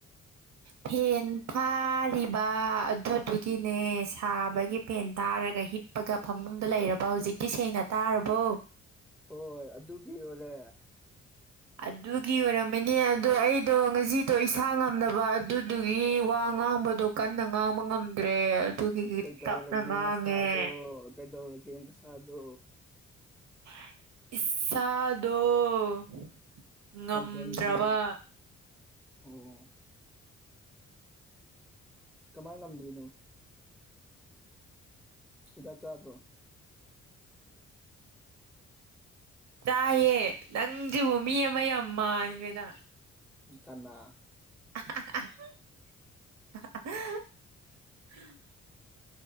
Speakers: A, on the right (about 60°); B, in the centre.
A: ꯐꯦꯟ ꯊꯥꯔꯤꯕ ꯑꯗꯨ ꯑꯗꯨꯒꯤꯅꯦ ꯁꯥꯕꯒꯤ ꯐꯦꯟ ꯇꯥꯔꯒ ꯍꯤꯞꯄꯒ ꯐꯃꯨꯡꯗ ꯂꯩꯔꯕ ꯍꯧꯖꯤꯛꯇꯤ ꯁꯦꯡꯅ ꯇꯥꯨꯔꯕ <unintelligible>
B: ꯍꯣꯏ ꯑꯗꯨꯒꯤ ꯑꯣꯏꯔꯦ
A: ꯑꯗꯨꯒꯤ ꯑꯣꯏꯔꯝꯃꯅꯤ ꯑꯗꯣ ꯑꯩꯗꯣ ꯉꯁꯤꯗꯣ ꯏꯁꯥ ꯉꯝꯗꯕ ꯑꯗꯨꯗꯨꯒꯤ ꯋꯥ ꯉꯥꯡꯕꯗꯣ ꯀꯟꯅ ꯉꯥꯡꯕ ꯉꯝꯗ꯭ꯔꯦ ꯑꯗꯨꯒꯤ
B: ꯀꯩꯗꯧꯔꯒꯦ
A: ꯇꯞꯅ ꯉꯥꯡꯉꯦ
B: ꯅꯁꯥꯗꯣ ꯀꯩꯗꯧꯔꯒꯦ ꯅꯁꯥꯗꯣ
A: ꯏꯁꯥꯗꯣ ꯉꯝꯗ꯭ꯔꯕ
B: ꯂꯝ ꯍꯦꯟꯒꯅꯣ ꯑꯣ ꯀꯃꯥꯏ ꯉꯝꯗ꯭ꯔꯤꯅꯣ ꯍꯤꯗꯥꯛ ꯆꯥꯗ꯭ꯔꯣ
A: ꯆꯥꯏꯌꯦ ꯅꯪꯖꯤꯕꯨ ꯃꯤ ꯑꯃ ꯌꯥꯝ ꯃꯥꯟꯒ꯭ꯔꯦꯗ
B: ꯀꯅꯥ
A: <unintelligible>